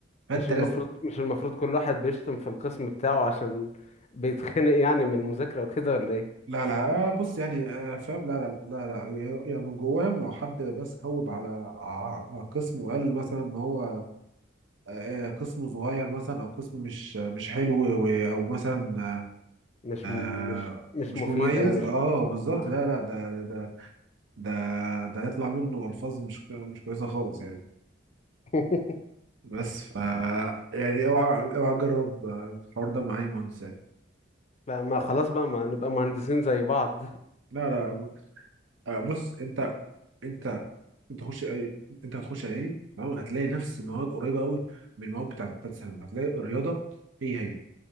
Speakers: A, on the right (about 75°); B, on the left (about 35°).
A: فانت
B: مش المفروض
A: لازم
B: مش المفروض كل واحد بيشتم في القسم بتاعه عشان بيتخنق يعني من المذاكرة وكده ولا ايه
A: لا لا آه، بص يعني آه، فاهم لا لا لا لا يعني يعني من جواهم لو حد بس هوب على ع- على قسم وقال مثلا ان هو آه، آه، قسم صغير مثلا او قسم مش مش حلو و- او مثلا
B: مش
A: آه، آه،
B: م... مش مش
A: مش
B: مفيد
A: مميز
B: او مش
A: اه بالظبط
B: آه.
A: لا لا ده ده ده ده يطلع منه الفاظ مش ك- مش كويسه خالص يعني
B: <laughs>
A: بس ف يعني اوعى اوعى تجرب آه، الحوار ده مع اي مهندس يعني
B: لا ما خلاص بقى ما نبقى مهندسين زي بعض
A: لا لا آه، بص انت انت انت هتخش أي- انت هتخش اعدادي تمام هتلاقي نفس المواد قريبه قوي من المواد بتاعت بتاعت ثانوي هتلاقي الرياضه هي هي